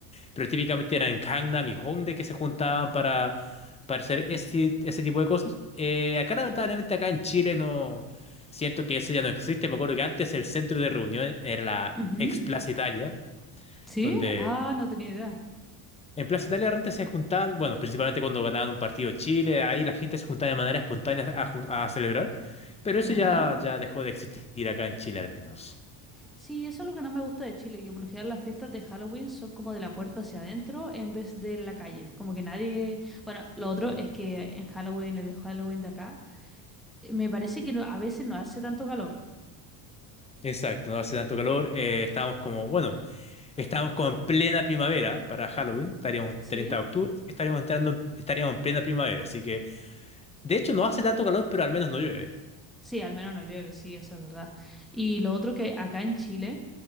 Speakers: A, on the left; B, in the centre.
A: pero típicamente era en Gangnam y Hongdae que se juntaban para, para hacer ese, ese tipo de cosas. Eh, acá, lamentablemente, acá en Chile no siento que eso ya no existe. Me acuerdo que antes el centro de reunión era la
B: Ujú.
A: ex Plaza Italia,
B: Sí,
A: donde
B: ah, no tenía idea.
A: en Plaza Italia antes se juntaban, bueno, principalmente cuando ganaban un partido Chile, ahí la gente se juntaba de manera espontánea a, jun- a celebrar. Pero eso
B: Ya.
A: ya, ya dejó de existir acá en Chile al menos.
B: Sí, eso es lo que no me gusta de Chile, que por lo general las fiestas de Halloween son como de la puerta hacia adentro en vez de la calle. Como que nadie... Bueno, lo otro es que en Halloween, el Halloween de acá, eh, me parece que no- a veces no hace tanto calor,
A: Exacto, no hace tanto calor. eh, estábamos como, bueno. Estábamos como en plena primavera para Halloween, estaríamos
B: ¿sí?
A: 30 de octubre, así que estaríamos entrando, en- estaríamos en plena primavera, así que de hecho no hace tanto calor, pero al menos no llueve.
B: Sí, al menos no llueve, sí, eso es verdad. Y lo otro que acá en Chile,